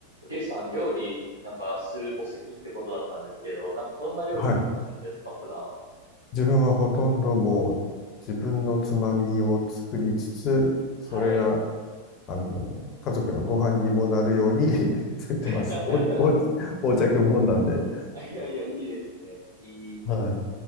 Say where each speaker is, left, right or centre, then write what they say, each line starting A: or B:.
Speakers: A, on the right (about 80°); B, on the left (about 35°).
A: りゅうさん、料理、なんか、する、お好きってことだったんですけど、なんか、どんな料理するんですか、
B: はい。
A: 普段。
B: 自分はほとんどもう自分のつまみを作りつつ、それが、
A: はい。
B: あの、家族のご飯にもなるように <laughs> 作ってます。
A: <laughs>
B: お、お、横着もんなんで。
A: いやいや、いいですね。いい、
B: はい。